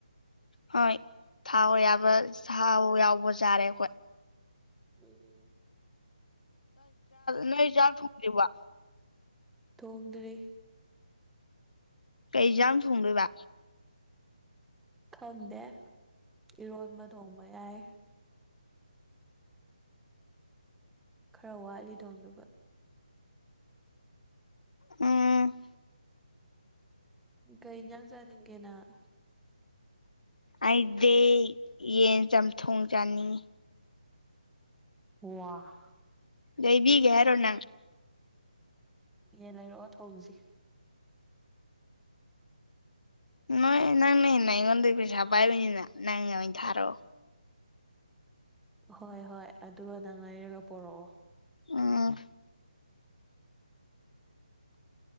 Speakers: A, on the left (about 70°); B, in the centre.
A: ꯍꯣꯏ ꯊꯥꯎ ꯌꯥꯕ ꯊꯥꯎ ꯌꯥꯎꯕ ꯆꯔꯦ ꯑꯩꯈꯣꯏ
B: ꯎꯝ
A: ꯅꯣꯏ ꯆꯥꯛ ꯊꯣꯡꯗꯔ꯭ꯤꯕꯣ
B: ꯊꯣꯡꯗ꯭ꯔꯤ
A: ꯀꯩꯖꯥꯡ ꯊꯣꯡꯗꯣꯏꯕ
B: ꯈꯪꯗꯦ ꯏꯔꯣꯟꯕ ꯊꯣꯡꯕ ꯌꯥꯏ ꯈꯔ ꯋꯥꯠꯂꯤ ꯊꯣꯡꯗꯨꯕ
A: ꯎꯝ
B: ꯀꯩ ꯏꯟꯖꯥꯡ ꯆꯥꯅꯤꯡꯒꯦ ꯅꯪ
A: ꯑꯩꯗꯤ ꯌꯦꯟ ꯆꯝꯊꯣꯡ ꯆꯥꯅꯤꯡꯉꯤ
B: ꯋꯥ
A: ꯂꯩꯕꯤꯒꯦ ꯍꯥꯏꯔꯣ ꯅꯪ
B: ꯌꯦꯟ ꯂꯩꯔꯛ ꯑꯣ ꯊꯣꯡꯖꯤ
A: ꯅꯣꯏ ꯅꯪꯅ ꯍꯦꯟꯅ ꯑꯩꯉꯣꯟꯗꯩꯩ ꯄꯩꯁꯥ ꯄꯥꯏꯕꯅꯤꯅ ꯅꯪꯅ ꯑꯣꯏ ꯊꯥꯔꯛꯑꯣ
B: ꯍꯣꯏ ꯍꯣꯏ ꯑꯗꯨꯒ ꯅꯪ ꯂꯩꯔꯒ ꯄꯨꯔꯛꯑꯣ
A: ꯎꯝ